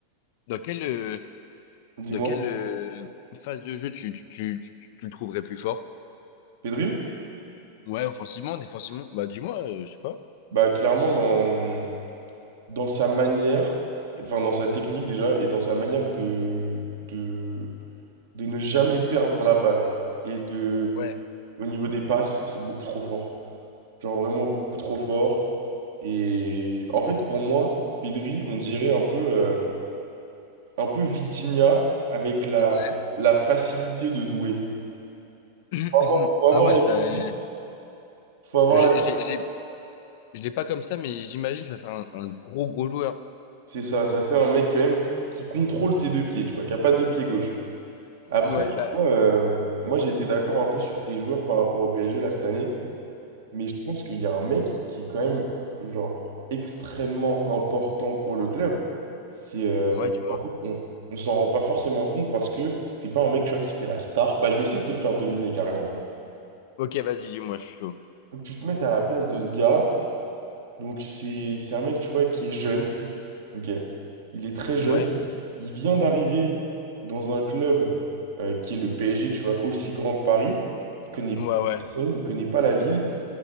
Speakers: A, on the left; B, on the right.
A: Dans quelle euh,
B: Dis-moi,
A: dans quelle euh, phase de jeu tu tu, tu, tu- tu le trouverais plus fort?
B: Pedri?
A: Ouais, offensivement, défensivement? Bah dis-moi, euh, je sais pas.
B: Bah clairement dans, dans sa manière, enfin dans sa technique déjà, et dans sa manière de, de, de ne jamais perdre la balle. Et de,
A: Ouais.
B: au niveau des passes, c'est beaucoup trop fort. Genre vraiment beaucoup trop fort. Et en fait, pour moi, Pedri, on dirait un peu, euh, un peu Vitinha avec la,
A: Ouais.
B: la facilité de Doué.
A: <clears throat>
B: Faut avoir, faut avoir
A: Ah ouais,
B: la
A: ça.
B: Vitinha.
A: euh,
B: Faut avoir
A: J'ai
B: la...
A: j'ai- j'ai- Je l'ai pas comme ça, mais j'imagine que tu vas faire un, un gros gros joueur.
B: C'est ça, ça fait un mec quand même qui contrôle ses deux pieds, tu vois, qui a pas de pied gauche. Après,
A: Ouais,
B: tu
A: bah,
B: vois, euh, moi j'ai été d'accord un peu sur tes joueurs par rapport au PSG là cette année, mais je pense qu'il y a un mec qui est quand même genre extrêmement important pour le club. C'est euh,
A: ouais, du moins.
B: en fait, on, on s'en rend pas forcément compte parce que c'est pas un mec tu vois qui fait la star. Bah je vais essayer de te le faire deviner carrément.
A: Ok, vas-y, dis-moi, je suis chaud.
B: Faut que tu te mettes à la place de ce gars. Donc c'est c'est un mec tu vois qui est jeune. Ok, il est très jeune.
A: Ouais,
B: Il vient d'arriver dans un club euh, qui est le PSG, tu vois, aussi grand que Paris. Il connaît
A: ouais, ouais.
B: personne, il connaît pas la ville.